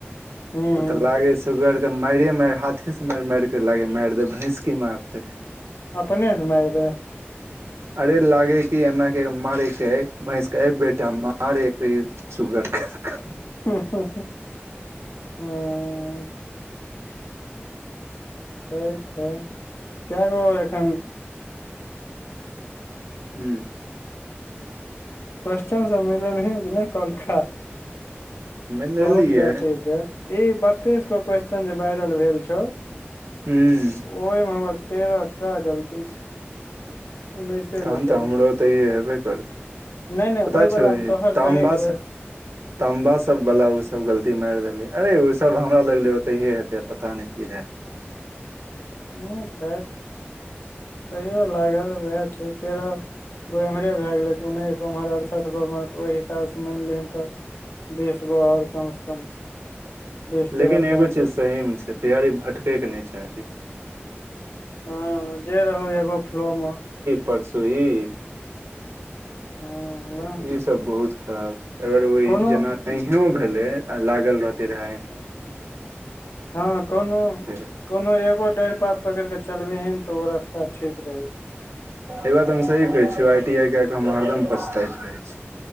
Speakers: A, on the left; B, on the right.
A: हूँ
B: ओत लागे छैय सुगर के मारे मारि हाथेसँ मारि मारिके लागै मारि दै भैंसके मारतै
A: अपने स माएर दैय
B: अरे लागै कि एना के मारै के महिंष <unintelligible> सुगर के
A: हु हु हँ हँ <unintelligible> एखन
B: उ
A: कोसन सब मिलौलहिन कि नै कौहलखा
B: मिलेलियै
A: बहुत गलती छै ई बत्तीस गो क्वेश्चन जे वायरल भेल छौ
B: हूँ
A: ओय मे हमर तेरह टा गलती छै उन्नैसे
B: तखन
A: गो सही
B: तऽ हमरो तऽ ई हेबे करत
A: छै नहि नहि
B: पता
A: ओहि
B: छौ
A: वला मे
B: ई
A: तोहर
B: तामबा
A: सही छौ
B: स ताम्बा सबवला ओसब गलती मारि देलियै अरे ओसब हमरा लगलै ओ तऽहि हेतै पता नै की रहै
A: हुँ खैर तैयो लागल उएह छै तेरह गो एम्हरे भए गेलै तऽ उन्नैस ओम्हर अड़सठि गो मे तऽ ओहि हिसाबसँ मानि लिहन तऽ बीसगो और कम स कम बीस
B: लेकिन
A: तेरह
B: एगो
A: तैंतीस
B: चीज सहीमे छैय तैयारी भटकै कऽ नै चाही
A: हँ जे रहू एगो फ्लो मे
B: परसु ई
A: ह
B: <inaudible>
A: वएह
B: ई सब बहुत खराब छै अगर उही
A: कोनो
B: जेना नहियो भेलै आ लागल रहतै रहै अए म
A: हँ कोनो
B: रहे
A: कोनो एगो डाइर पात पकड़ कऽ चलबहीन तऽ ओ रास्ता ठीक रहै छै
B: ई बात हम सही कहै छी आई टी आई कै कऽ हम हरदम पचताइत रहै छी